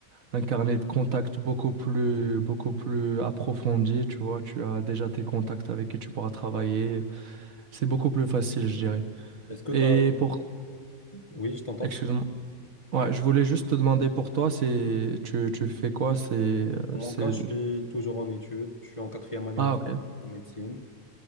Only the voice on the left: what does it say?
Mhm.
Est-ce que
tu as...
Oui, je t'entends.
Pour mon
cas, je suis toujours en études, je suis en quatrième année
en
en médecine.